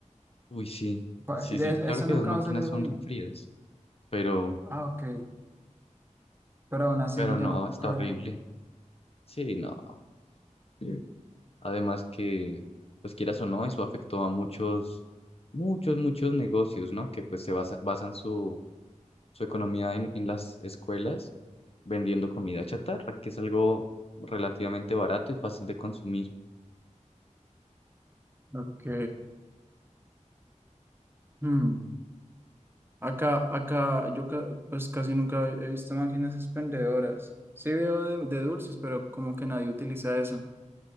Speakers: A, on the left; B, on the right.
A: Uy, sí,
B: Pa-
A: sí,
B: de-
A: sí, claro
B: Eso
A: que
B: nunca
A: las máquinas
B: va a salir
A: son
B: de ahí.
A: refrías, pero,
B: Ah, ok. pero aún así
A: pero no,
B: yo no
A: está
B: creo.
A: horrible. Sí, no. Sí. Además que, pues quieras o no, eso afectó a muchos, muchos, muchos negocios, ¿no? Que pues se basa- basan su, su economía en, en las escuelas vendiendo comida chatarra, que es algo relativamente barato y fácil de consumir.
B: Ok. Hmm. Acá, acá, yo ca- pues casi nunca he visto máquinas expendedoras. Sí veo de, de dulces, pero como que nadie utiliza eso.